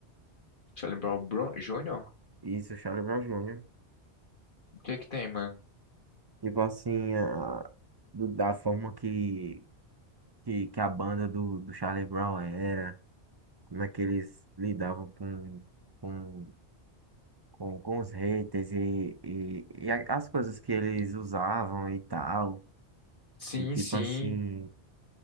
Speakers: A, on the left; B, on the right.
A: Charlie Brown Bro- Jr.?
B: Isso, Charlie Brown Jr.
A: O que é que tem, mano?
B: Tipo assim, a- do- da forma que, que, que a banda do, do Charlie Brown era, como é que eles lidavam com, com, com, com os haters e, e, e a- as coisas que eles usavam e tal.
A: Sim,
B: E tipo
A: sim,
B: assim,